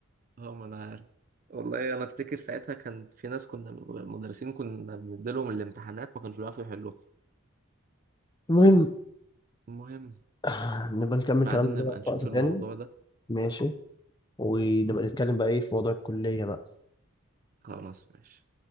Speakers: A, on the right; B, on the left.
A: اه ما انا عارف والله انا افتكر ساعتها كان في ناس كنا مدرسين كنا بنديلهم الامتحانات ما كانوش بيعرفوا يحلوها
B: المهم
A: المهم
B: <sighs> نبقى نكمل
A: بعدين
B: كلامنا ده
A: نبقى نشوف
B: في وقت تاني
A: الموضوع ده
B: ماشي ونبقى نتكلم بقى ايه في موضوع الكلية بقى
A: خلاص ماشي